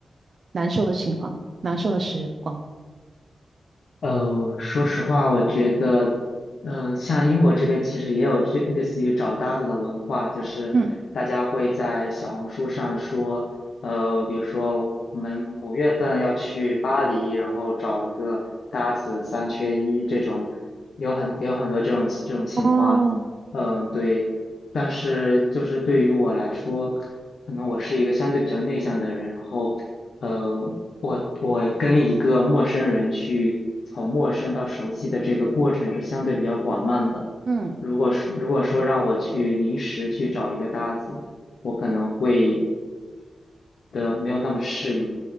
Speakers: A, on the right (about 60°); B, on the left (about 70°).
A: 难受的情况、难受的时光？
B: 呃，说实话，我觉得，嗯、像英国这边其实也有这类似于找搭子的文化，就是大家会在小红书上说，
A: 嗯
B: 呃，比如说我们五月份要去巴黎，然后找一个搭子三缺一这种，有很有很多这种这种情况，
A: 哦，
B: 嗯、对。但是就是对于我来说，可能我是一个相对比较内向的人，然后。呃，我我跟一个陌生人去从陌生到熟悉的这个过程是相对比较缓慢的。
A: 嗯
B: 如果是如果说让我去临时去找一个搭子，我可能会的没有那么适应，